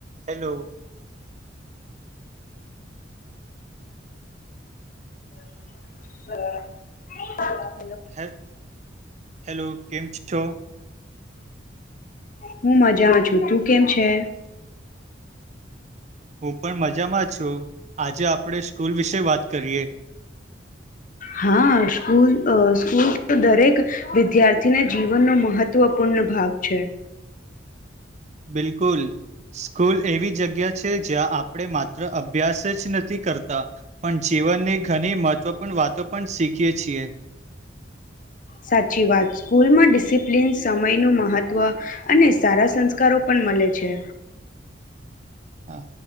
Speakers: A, on the right; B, on the left.
A: Hello
B: હ
A: હ hello કેમ છો
B: હું મજામાં છું તું કેમ છે
A: હું પણ મજામાં છું આજે આપણે સ્કૂલ વિશે વાત કરીએ
B: હા સ્કૂલ સ્કૂલ તો દરેક વિદ્યાર્થીને જીવનનો મહત્વપૂર્ણ ભાગ છે
A: બિલકુલ સ્કૂલ એવી જગ્યા છે જ્યાં આપણે માત્ર અભ્યાસ જ નથી કરતા પણ જીવનની ઘણી મહત્વપૂર્ણ વાતો પણ શીખીએ છીએ.
B: સાચી વાત સ્કૂલમાં ડિ ડિસિપ્લિન સમયનું મહત્ત્વ અને સારા સંસ્કારો પણ મળે છે
A: હા